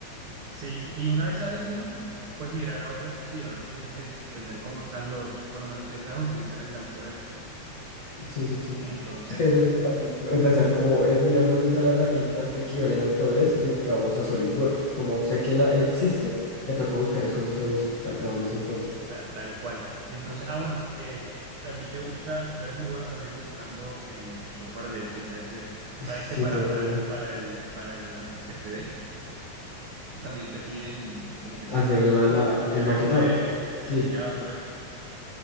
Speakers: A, on the right; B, on the left.
A: Sí, y una vez sabes uno, pues migrar a otro es sencillo, nada más tienes que en- entender cómo están los, por lo menos si ya sabes utilizar el de Autodesk
B: Sí, sí, sí.
A: Entonces,
B: Sí, eso es fácil. Empezar como es mirar dónde está la herramienta que equivale en Autodesk, digamos a SolidWorks. Como sé que la existe, me toca buscar es cómo se usa, acá donde se encuentra.
A: ta- tal cual. Entonces, ah, bueno, eh, a ti te gusta, tú eres muy bueno también dibujando en, en software de, de 3D.
B: Sí,
A: Sabes que para,
B: tal
A: para,
B: cual.
A: para el, para el análisis CFD también te piden como que sepas
B: Hacer el, ma- la-
A: hacer
B: el maquetado.
A: el modelo,
B: Sí,
A: el mallado, todo eso.